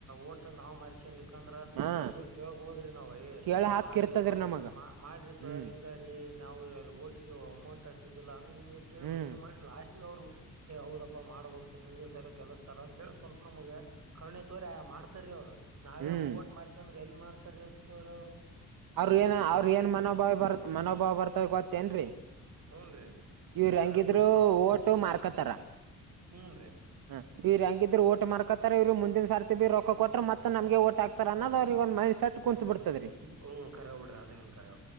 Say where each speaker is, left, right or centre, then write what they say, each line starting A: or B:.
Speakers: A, on the right; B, on the right.
A: ಓಟ್ ನಾವು ಮರ್ ಕ್ಕೇಲ್ಲಿಕಂದ್ರ
B: ಹಾ
A: ಅವ್ರಿಗ್ ಹೋಗ್ ಕೇಳ್ಬೋಡ್ರಿ ನಾವ ಎ
B: ಕೇಳ ಹಾಕಿರ್ತದ್ರಿ
A: ಮಾಡ್ರೋ
B: ನಮಗ
A: ಮಾ ಮಾಡ್ರಿ ಸರ್
B: ಹ್ಮ್
A: ಹಿಂಗಾರೀ ನಾವು ಓಟಿಗೆ ಅಮೌಂಟ ತಿಂದಿಲ್ಲ ಹಂಗ ಹಿಂಗ ಕೇಳ್
B: ಹ್ಮ್
A: ಮನವಿ ಮಾಡ್ರಿ ಲಾಸ್ಟ್ಗ ಅವ್ರು ಹೌದಪ್ಪಾ ಮಾಡ್ಬೇಕು ಮುಂದ ಸೈಲ ಗೆಲ್ಲಸ್ತಾರ ಅಂತ ಕೇಳಿ ಸ್ವಲ್ಪ ನಮ್ಗೆ ಕರುಣೆ ತವ್ರ ಮಾಡ್ತಾರೀ ಅವ್ರು ನಾವೇ
B: ಹ್ಮ್
A: ಓಟ್ ಮಾರ್ಕ ಅಂದ್ರ ಎಲ್ ಮಾಡ್ತಾರ ಸೋರ ಅವ್ರು
B: ಅವ್ರ ಏನ ಅವ್ರ ಏನ್ ಮನೋಭಾವ ಬರ್ ಮನೋಭಾವ ಬರ್ತದ ಗೊತ್ತೇನ್ರೀ
A: ಹೂನ್ರಿ
B: ಇವ್ರ
A: ಕರೆ
B: ಹೆಂಗಿದ್ರು
A: ಬಿಡ್ರಿ
B: ಓಟು ಮಾರ್ಕೊತಾರ
A: ಹ್ಮ್ ರೀ
B: ಹ ಇವ್ ಹೆಂಗಿದ್ರ ಓಟ ಮ ಮಾಡ್ಕತಾರ ಇವರು ಮುಂದಿನ ಸತಿ ಬಿ ರೊಕ್ಕ ಕೊಟ್ಟರ ಮತ್ತ ನಮಗೆ ಆಗ್ತಾರ ಅನ್ನದ ಅವ್ರಗ ಒಟ್ ಮೈಂಡ್ ಸೆಟ್ ಕುಂತತ್
A: ಹ್ಮ್
B: ಬಿಡ್ತದರಿ
A: ಹ್ಮ್ ಕರ ಉಡ್ರಿ ಅದೇ ನ್ ಕರರ